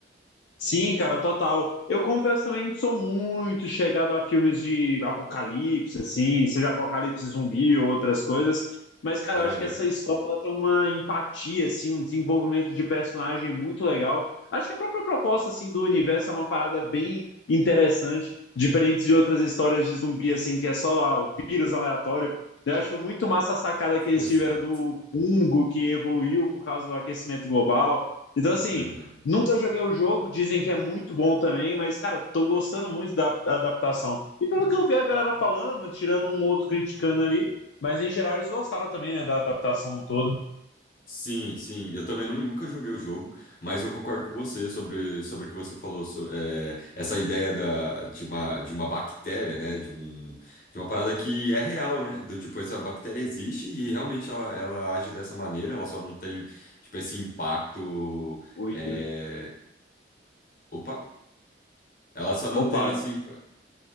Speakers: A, on the left; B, on the left.
A: Sim, cara, total. Eu confesso também que sou muito chegado a filmes de apocalipse, assim, seja apocalipse zumbi ou outras coisas. Mas, cara,
B: Aham,
A: eu acho que essa história ela tem uma empatia, assim, um desenvolvimento de personagem muito legal. Acho que a própria proposta, assim, do universo é uma parada bem interessante, diferente de outras histórias de zumbi, assim, que é só ah, o vírus aleatório. Eu acho muito massa a sacada
B: <laughs>
A: que eles
B: exato.
A: tiveram do fungo que evoluiu por causa do aquecimento global. Então, assim.
B: Aham.
A: Nunca joguei o jogo, dizem que é muito bom também, mas, cara, tô gostando muito da, da adaptação. E pelo que eu vi a galera falando, tirando um outro criticando ali, mas em geral eles gostaram também, né, da adaptação no todo.
B: Sim, sim. Eu também não- nunca joguei o jogo, mas eu concordo com você sobre, sobre o que você falou, so- é, essa ideia da, de uma, de uma bactéria, né? De um, de uma parada que é real, né? Do tipo, essa bactéria existe e realmente ela, ela age dessa maneira, ela só não tem, tipo, esse impacto.
A: Oi,
B: é,
A: oi.
B: Opa! Ela só não
A: Opa,
B: tem esse.